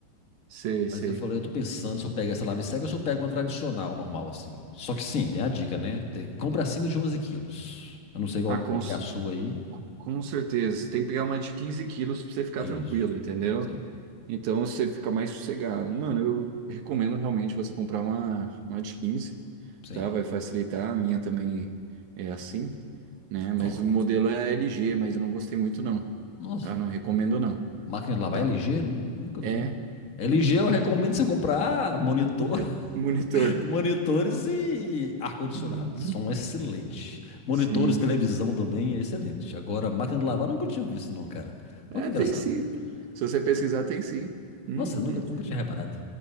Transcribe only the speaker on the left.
Mas eu falei, eu tô pensando se eu pego essa lave seca ou se eu pego uma tradicional, normal, assim. Só que sim, tem a dica, né? Te- compra acima de onze quilos. Eu não sei qual,
quanto
que é a sua aí.
Isso.
Sim,
sim.
Ó.
Nossa,
máquina de lavar
LG? Nu- Nunca vi.
LG
eu recomendo você comprar monitor,
<laughs> monitores e ar-condicionado.
São excelentes. Monitores,
televisão também é excelente. Agora, máquina de lavar nunca tinha visto, não, cara.
Olha que engraçado.
Ó,
Nossa, eu nunca, nunca tinha reparado.